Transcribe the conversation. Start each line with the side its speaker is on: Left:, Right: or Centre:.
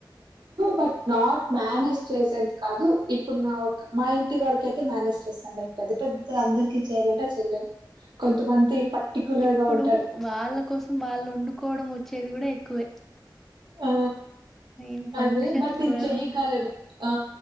Right: బట్ నాట్ మేనేజ్ చేసే కాదు ఇప్పుడు నా మా ఇంటి వరకుయితే మేనేజ్ చే ై పెద్ద పెద్ద అందరికి చేయాలంటే చెయలే కొంతమంది పర్టికులర్
Centre: ఇప్పుడు
Right: గా ఉ
Centre: వాళ్ళ కోసం వాళ్ళు వండుకోవడం వచ్చేది కూడా ఎక్కువే
Right: ఆ
Centre: ఏం ఫంక్షన్లు
Right: అద బట్ ఇన్
Centre: కూడా
Right: చెయ్య కాలెడు ఆ